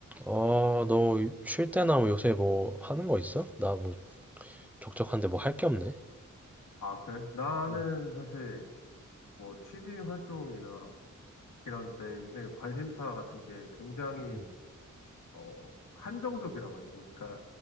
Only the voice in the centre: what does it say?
아, 너 쉴 때나 뭐 요새 뭐 하는 거 있어? 나 뭐 적적한데 뭐 할 게 없네.
어,
음,